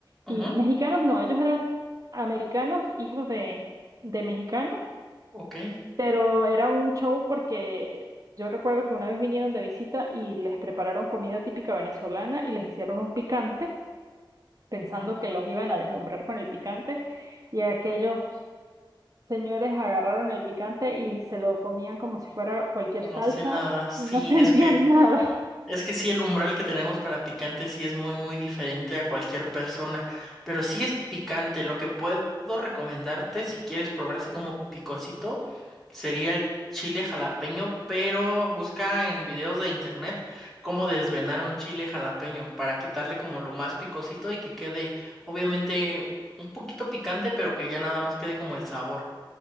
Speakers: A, on the right; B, in the centre.
A: y
B: Ujú,
A: mexicanos no, ellos eran americanos, hijos de, de mexicanos
B: Ok.
A: pero era un show porque yo recuerdo que una vez vinieron de visita y les prepararon comida típica venezolana y les hicieron un picante, pensando
B: ujú.
A: que los iban a deslumbrar con el picante, y aquellos señores agarraron el picante y se lo comían como si fuera cualquier
B: Como
A: salsa
B: si nada, sí,
A: y no <laughs> sentían
B: es que,
A: nada.
B: es que sí, el umbral que tenemos para picante sí es muy, muy diferente a cualquier persona, pero sí es picante. Lo que puedo recomendarte, si quieres probar así como picosito, sería el chile jalapeño, pero busca en videos de internet cómo desvenar un chile jalapeño para quitarle como lo más picosito y que quede, obviamente, un poquito picante, pero que ya nada más quede como el sabor.